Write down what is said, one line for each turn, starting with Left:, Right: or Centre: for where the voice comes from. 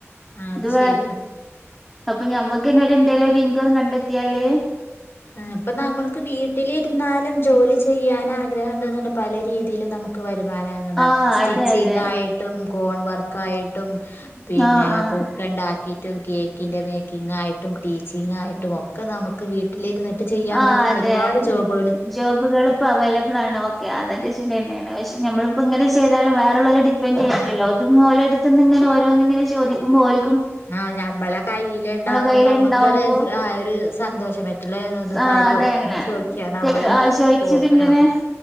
Left: ആഹ് അത്
Centre: ത് വേ
Left: ശരിയാണ്
Centre: അപ്പ ഞമ്മക്കെന്നെ ന്തേലൊരിങ്കം കണ്ടെത്തിയാല്.
Left: ആ പ്പ നമ്മൾക്ക് വീട്ടിലിര്ന്നാലും. ജോലി ചെയ്യാനാഗ്രഹം ണ്ട്ന്ന്ണ്ട. പല രീതിയിലും നമുക്ക് വരു മാന <unintelligible>
Centre: ആഹ്
Left: സ്റ്റിച്ചിങ്ങായിട്ടും.
Centre: അതെ അതെ
Left: കോൺ വർക്കായിട്ടും. പിന്നെ
Centre: ആഹ് ആഹ്
Left: പൊക്കണ്ടാ ക്കിറ്റും കേക്കിൻ്റെ, മേക്കിങ്ങായിട്ടും, ടീച്ചിങ്ങായിട്ടും, ഒക്കെ നമുക്ക് വീട്ടിലിര്ന്ന് ചെയ്യാൻ
Centre: ആഹ്
Left: പറ്റുന്ന
Centre: അതെ
Left: ഒരുപാട്
Centre: അതെ
Left: ജോബ്‌.
Centre: ജോബുകൾ പ്പോ അവൈലബ്ളാണ്. ഓക്കെ അതൊക്കെ ശെര്യന്നേണ്. പക്ഷെ ഞമ്മള് പ്പ ങ്ങനെ ചെയ്താലും വേറെ ള്ളോലെ ഡിപ്പെന്റെയ്യണ്ടല്ലോ. ത് ഓലെട്ത് ന്ന്ങ്ങനെ ഓരോന്ന് ങ്ങനെ ചോദിക്കുമ്പോ ഓൽ
Left: ആ ഞമ്മളെ കയ്യിൽ ണ്ടാവുമ്പോ
Centre: കയ്യില്ണ്ടാവുമ്പോ
Left: നമ്മുക്കട് ആ ഒര് സന്തോഷം. <unintelligible>
Centre: ആഹ്
Left: തരോ
Centre: അതന്നെ
Left: ഒന്ന് ചോയ്ക്ക്യാ നമ്മള്
Centre: ആഹ് ചോയിച്ചിട്ടിങ്ങനെ
Left: പോവണം.